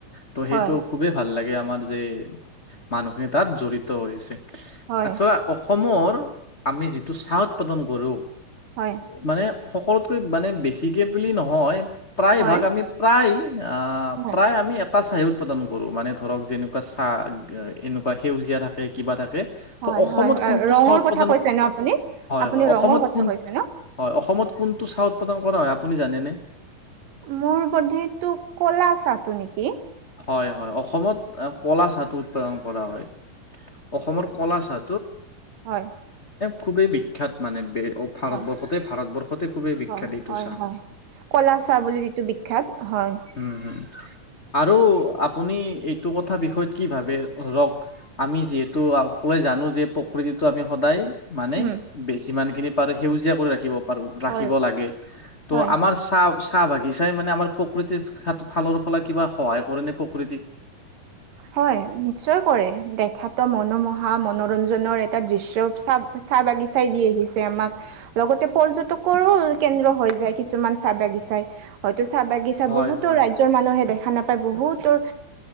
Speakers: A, on the left; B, on the right.
A: ত' সেইটো
B: হয়
A: খুবেই ভাল লাগে আমাৰ যে মানুহে তাত জড়িত হৈছে
B: হয়
A: আচলতে অসমৰ আমি যিটো চাহ উৎপাদন কৰো
B: হয়
A: মানে সকলোত মানে বেছিকৈ বুলি নহয় প্ৰায়ভাগ
B: হয়
A: আমি প্ৰায়
B: হয়
A: প্ৰায় আমি এটা চাহে উৎপাদন কৰোঁ মানে ধৰক যেনেকুৱা চাহ এনেকুৱা সেউজীয়া থাকে কিবা থাকে
B: হয়
A: ত' অসমত
B: হয় হয়
A: কোনটো
B: ৰঙৰ
A: চাহ উৎপাদান
B: কথা কৈছে ন আপুনি
A: হয়
B: আপুনি
A: হয় অসমত
B: ৰঙৰ কথা
A: কোন
B: কৈছে ন
A: হয় অসমত কোনটো চাহ উৎপাদন কৰা হয় আপুনি জানেনে?
B: মোৰ বধিটো কলা চাহ টো নেকি?
A: হয় হয় অসমত কলা চাহ টো উৎপাদন কৰা হয় অসমৰ কলা চাহ
B: হয়।
A: খুবেই বিখ্যাত মানে বে ভাৰতবৰ্ষতে
B: হয়
A: ভাৰতবৰ্ষতে খুবেই বিখ্যাত
B: হয়
A: এইটো
B: হয়
A: চাহ।
B: হয় কলা চাহ বুলি যিটো বিখ্যাত হয়
A: উম হম আৰু আপুনি এইটো কথা বিষয়ত কি ভাবে ধৰক আমি যিহেতু অকলে যা জানো যে প্ৰকৃতিটো আমি সদায় মানে
B: উম
A: বেচি যিমানখিনি পাৰো সেউজীয়া কৰি ৰাখিব প ৰাখিব
B: হয়
A: লাগে ত
B: হয়
A: আমাৰ চাহ চাহ বাগিচাই মানে আমাৰ প্ৰকৃতিৰ ফালৰ ফালে কিবা সহায় কৰে ন প্ৰকৃতিক
B: হয় নিশ্চয় কৰে তেখেতৰ মনোমোহা মনোৰঞ্জনৰ এটা দৃশ্য চাপ চাহ বাগিচাই দি আহিছে আমাক লগতে পৰ্যটকৰো কেন্দ্ৰ হৈ যায় কিছুমান চাহ বাগি ব হয়তো চাহ বাগিচা
A: হয়
B: বহুতো
A: হয়
B: ৰাজ্যৰ মানুহে দেখা নাপায় বহুতৰ